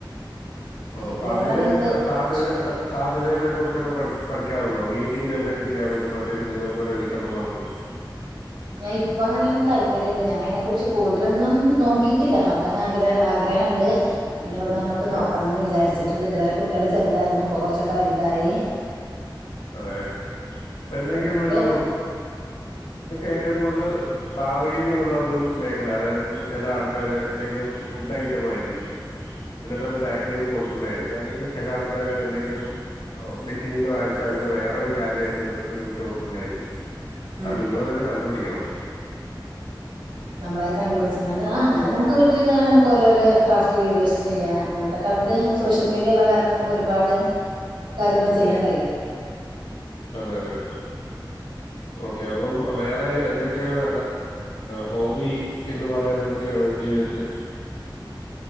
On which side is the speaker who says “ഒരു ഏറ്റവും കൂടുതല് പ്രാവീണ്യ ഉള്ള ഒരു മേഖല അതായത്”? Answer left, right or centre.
Left